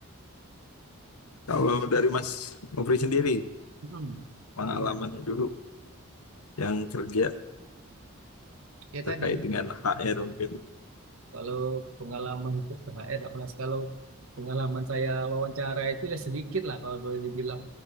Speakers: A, on the left; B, on the right.
A: Kalau
B: Itu-
A: dari Mas Nofri sendiri,
B: mm,
A: pengalamannya
B: Gimana?
A: dulu yang kerja
B: Ya
A: terkait
B: tadi
A: dengan HR mungkin,
B: kalau pengalaman untuk THR tidak pernah. Kalau pengalaman saya wawancara itu ya sedikit lah kalau boleh dibilang.